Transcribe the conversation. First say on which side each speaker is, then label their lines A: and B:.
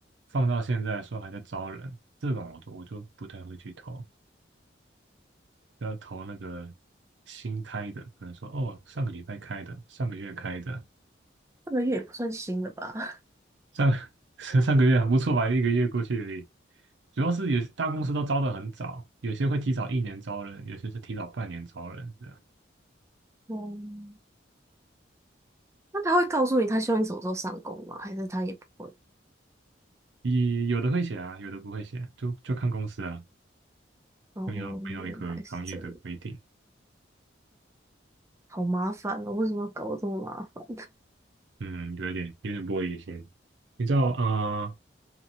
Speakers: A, on the right; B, on the right.
A: 放到现在说还在招人，这种我就我就不太会去投，要投那个新开的，可能说哦，上个礼拜开的，上个月开的，
B: 这个月也不算新了吧？
A: 上 <laughs> 上个月还不错吧，一个月过去而已。主要是有大公司都招的很早，有些会提早一年招人，有些是提早半年招人，这样。
B: <laughs> 嗯，那他会告诉你他希望你什么时候上工吗？还是他也不会？
A: 也有的会写啊，有的不会写，就就看公司啊。
B: 哦，
A: 没有没有一个行业的规定，
B: 原来是这样，好麻烦哦，为什么要搞这么麻烦？
A: 嗯，有点有点玻璃心。你知道，呃，